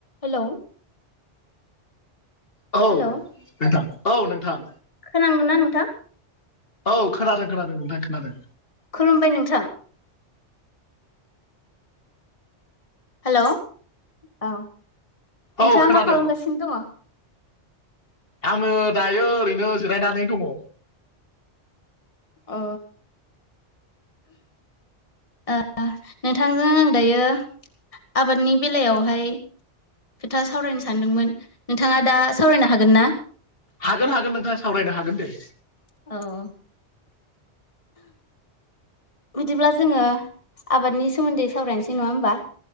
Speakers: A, on the left; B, on the left.
A: हेल'
B: औ
A: हेलौ
B: नोंथां औ नोंथां
A: खोनादोंना नोंथां
B: औ खोनादों खोनादों नोंथां खोनादों
A: खुलुमबाय नोंथां हेल' औ नोंथाङा
B: औ खोनादों
A: मा खालामगासिनो दङ?
B: आङो दायो ओरैनो जिरायनानै दङ
A: अ ओ नोंथांजों आं दायो आबादनि बेलायावहाय खोथा सावरायनो सानदोंमोन नोंथाङा दा सावरायनो हागोन ना
B: हागोन हागोन नोंथां सावरायनो हागोन दे
A: औ बिदिब्ला जोङो आबादनि सोमोन्दै सावरायनोसै नङा होमबा